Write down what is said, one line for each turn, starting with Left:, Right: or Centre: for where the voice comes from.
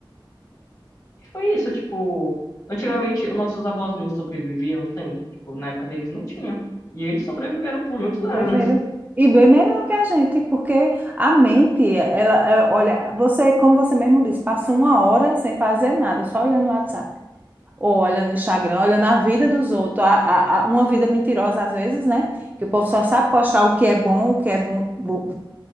Left: E foi isso, tipo, antigamente os nossos avós não sobreviviam sem, tipo, na época deles não tinha. E eles sobreviveram por muitos anos.
Right: Sobreviveram. E bem melhor que a gente, porque a mente, ela, é, olha, você, como você mesmo disse, passa uma hora sem fazer nada, só olhando o WhatsApp, ou olhando o Instagram, olhando a vida dos outros, a, a- a- uma vida mentirosa às vezes, né? Que o povo só sabe postar o que é bom, o que é bom, bo-